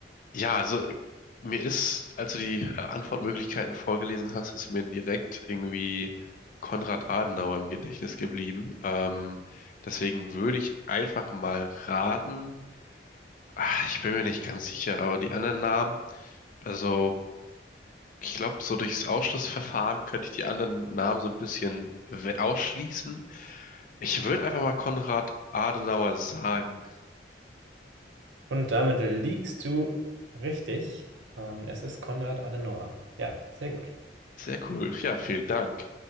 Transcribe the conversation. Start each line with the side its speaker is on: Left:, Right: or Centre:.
Left: ja, also äh, mir ist, als du die äh, Antwortmöglichkeiten vorgelesen hast, ist mir direkt irgendwie Konrad Adenauer im Gedächtnis geblieben. Ähm, deswegen würde ich einfach mal raten. Ah, ich bin mir nicht ganz sicher, aber die anderen Namen, also ich glaube, so durchs Ausschlussverfahren könnte ich die anderen Namen so ein bisschen we- ausschließen. Ich würde einfach mal Konrad Adenauer sagen.
Right: Und damit liegst du richtig. Ähm, es ist Konrad Adenauer. Ja, sehr gut.
Left: Sehr cool. Ja, vielen Dank.